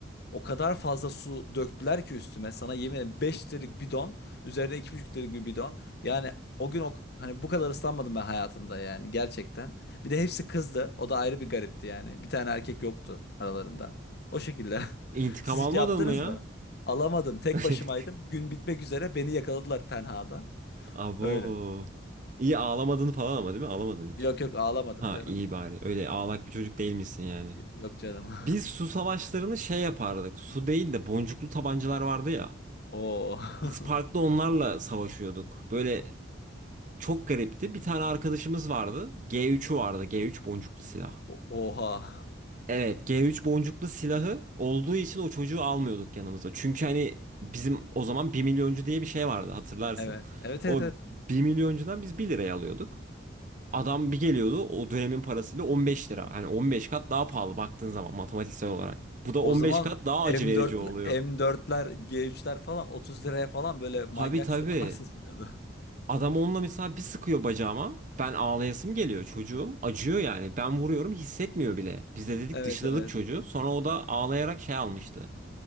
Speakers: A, on the left; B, on the right.
A: o kadar fazla su döktüler ki üstüme. Sana yemin ederim 5 litrelik bidon. Üzerine iki buçuk litrelik bir bidon. Yani o gün o, hani bu kadar ıslanmadım ben hayatımda yani gerçekten. Bir de hepsi kızdı. O da ayrı bir garipti yani. Bir tane erkek yoktu aralarında. O şekilde.
B: <laughs> İntikam
A: <laughs> Siz
B: almadın
A: hiç yaptınız
B: mı ya?
A: mı? Alamadım. Tek
B: <laughs>
A: başımaydım. Gün bitmek üzere beni yakaladılar tenhada.
B: Abo.
A: Öyle.
B: İyi ağlamadın falan ama değil mi? Ağlamadın hiç.
A: Yok yok ağlamadım
B: Ha
A: canım.
B: iyi bari. Öyle ağlak bir çocuk değilmişsin yani.
A: Yok canım.
B: Biz su savaşlarını şey yapardık. Su değil de boncuklu tabancalar vardı ya.
A: <laughs> Oo. <laughs>
B: Biz parkta onlarla savaşıyorduk. Böyle çok garipti. Bir tane arkadaşımız vardı. G3'ü vardı. G3 boncuklu silah.
A: O- Oha.
B: Evet, G3 boncuklu silahı olduğu için o çocuğu almıyorduk yanımıza. Çünkü hani bizim o zaman bir milyoncu diye bir şey vardı hatırlarsın.
A: Evet. Evet
B: O
A: evet evet.
B: bir milyoncudan biz bir liraya alıyorduk. Adam bir geliyordu o dönemin parasıyla 15 lira. Hani 15 kat daha pahalı baktığın zaman matematiksel olarak. Bu da 15
A: O zaman
B: kat daha acı
A: M4
B: verici oluyor.
A: M4'ler, G3'ler falan 30 liraya falan böyle manyak
B: Tabii tabii.
A: silahlar satılıyordu. <laughs>
B: Adam onunla mesela bir sıkıyor bacağıma. Ben ağlayasım geliyor çocuğum. Acıyor yani. Ben vuruyorum hissetmiyor bile. Biz de dedik
A: Evet
B: dışladık
A: evet.
B: çocuğu. Sonra o da ağlayarak şey almıştı.